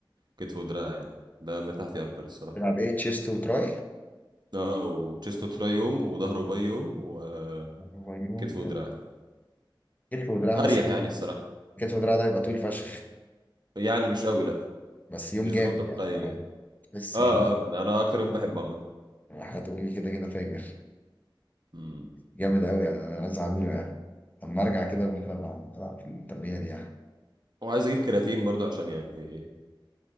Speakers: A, on the right (about 55°); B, on the left (about 20°).
A: كتف ودراع يعني ده مرتاح فيه اكتر الصراحه
B: تلعب ايه تشيست وتراي
A: اه وتشيست وتراي يوم وظهر وباي يوم وكتف
B: هو يوم
A: ودراع
B: كتف ودراع
A: اريح
B: بس كتف
A: يعني الصراحه
B: كتف ودراع ده هيبقى طويل فشخ
A: يعني مش قوي لا
B: بس يوم
A: مش
B: جامد
A: زي ما انت متخيل
B: يعني
A: يعني
B: آه، تحس
A: اه
B: فيه
A: اه انا اكتر يوم بحبه عامه
B: راحت امي كده كده فاجر
A: أمم.
B: جامد قوي يعني انا عايز اعمله يعني لما ارجع كده ممكن ابقى العب في التمرينه دي يعني
A: وعايز اجيب كرياتين برضه عشان يعني